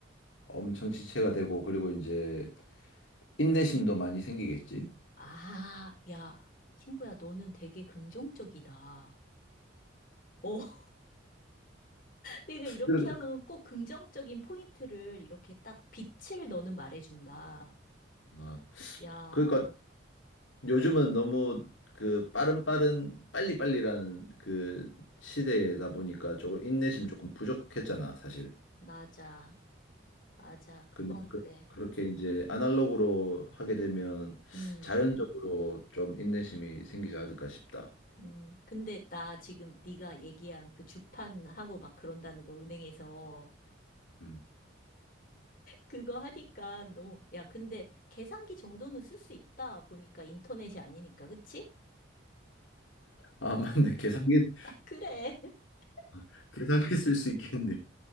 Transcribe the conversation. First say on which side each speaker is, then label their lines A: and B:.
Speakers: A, on the left; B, on the left.
A: 엄청 지체가 되고 그리고 이제 인내심도 많이 생기겠지.
B: 아, 야, 친구야, 너는 되게 긍정적이다. 어, <laughs> 내가 이렇게
A: 그-
B: 하면 꼭 긍정적인 포인트를 이렇게 딱 빛을 너는 말해준다.
A: 어,
B: 야,
A: 그러니까 요즘은 너무 그 빠른 빠른 빨리빨리라는 그 시대다 보니까 조금 인내심 조금 부족했잖아, 사실.
B: 맞아. 맞아. 그건
A: 근데
B: 그래.
A: 그, 그렇게 이제 아날로그로 하게 되면
B: 음,
A: 자연적으로 좀 인내심이 생기지 않을까 싶다.
B: 음. 근데 나 지금 네가 얘기한 그 주판하고 막 그런다는 거 은행에서
A: 음.
B: 그거 하니까 너무, 야, 근데 계산기 정도는 쓸 수 있다. 보니까 인터넷이 아니니까. 그치?
A: 아, 맞네. 계산기,
B: 그래. <laughs>
A: <laughs> 계산기 쓸 수 있겠네.